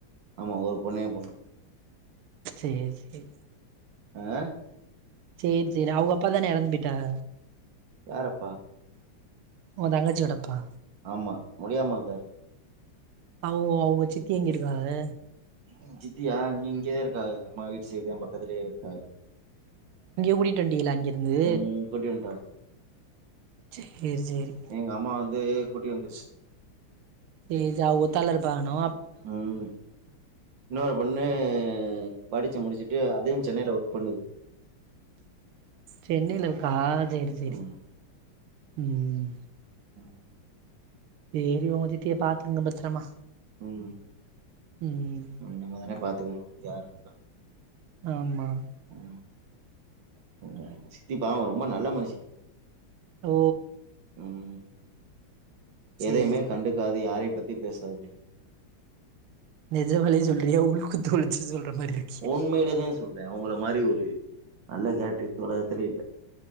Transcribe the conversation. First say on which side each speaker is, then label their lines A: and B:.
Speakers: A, on the right; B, on the right.
A: ஆமா ஒரு பொண்ணே எயா பொண்ணு
B: சேர் சேரி
A: அ
B: சேர் சேரி அவுங்க அப்பா தானே எறந்து பேயிட்டாக
A: யார் அப்பா
B: ஓ தங்கச்சியோட அப்பா
A: ஆமா முடியாம இருந்தாரு
B: அவுக அவுங்க சித்தி எங்கிருக்காக
A: ம் சித்தியா இங்க இங்கே இருக்காக நம்ம வீட்டு சைடு தா பக்கத்துலேயே இருக்காக
B: இங்க கூட்டிட்டு வண்டிங்களா அங்கிருந்து
A: ம் கூட்டி வந்ன்டாக
B: சேரி சேரி
A: எங்க அம்மா வந்து கூட்டி வந்துருச்சு
B: சேரி ஜ அவுங்க ஒத்தாலா இருப்பாங்னோ
A: ம் இன்னொரு பொண்ணு படிச்சு முடிச்சிட்டு அதுவும் சென்னையில ஒர்க் பண்ணுது
B: சென்னையில இருக்கா சேரி சேரி
A: ம்
B: ம்
A: ம்
B: சேரி உங்க சித்திய பாத்துக்கோங்க பத்திரமா
A: ம்
B: ம்
A: நம்ம தானே பாத்துக்கணு அவுங்ளுக் யார் இருக்க
B: ஆமா
A: ம் ஆமா ஆமா எயாசித்தி பாவோ ரொம்ப நல்ல மனுஷி
B: ஓ
A: ம் எதையுமே
B: சேரி சேரி
A: கண்டுக்காது யார பத்தியு பேசாது
B: நிஜமாலியே சொல்றியா உள் குத்துஒழிச்சு சொல்ற மாரி இருக்
A: உண்மையிலேதா சொல்றே அவுங்கள மாரி ஒரு நல்ல கேரக்டர் இந்த உலகத்திலே இல்ல